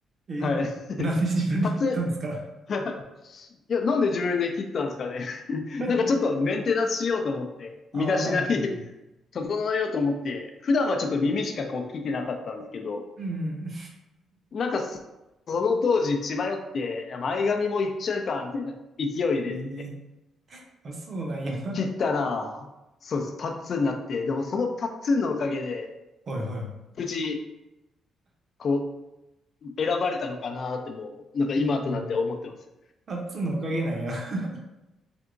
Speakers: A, on the right; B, on the left.
A: えなんで自分で聞ったんですか
B: はい。<laughs> パッツン、<laughs> いや、なんで自分で切ったんですかね。<laughs>
A: <laughs>
B: なんかちょっとメンテナンスしようと思って、
A: ああ、
B: 身だしなみ
A: はいはい。
B: <laughs>
A: うん
B: 整えようと思って、普段はちょっと耳しかこう聞いてなかったんですけど、
A: うん。
B: なんかそ、その当時、血迷って、いや前髪もいっちゃうか、みたいな勢いで、
A: <laughs> ええあ、そうなんや。
B: 切ったら、そうです、パッツンになって、でもそのパッツンのおかげで、
A: はいはい。
B: 無事、こう、選ばれたのかなってもう、なんか今となって思ってます。
A: うん。あっつんのおかげなんや。<laughs>